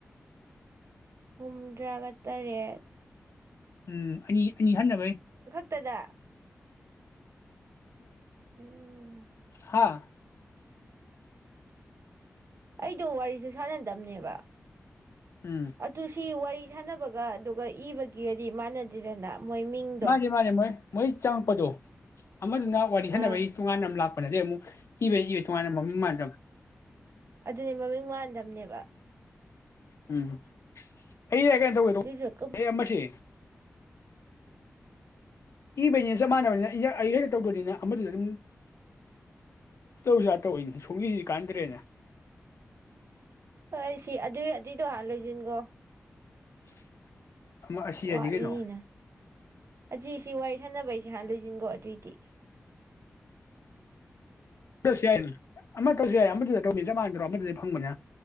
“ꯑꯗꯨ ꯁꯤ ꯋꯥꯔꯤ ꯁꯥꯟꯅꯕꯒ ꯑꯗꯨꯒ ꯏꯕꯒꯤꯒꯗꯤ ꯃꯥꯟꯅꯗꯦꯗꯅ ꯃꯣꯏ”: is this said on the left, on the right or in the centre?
Right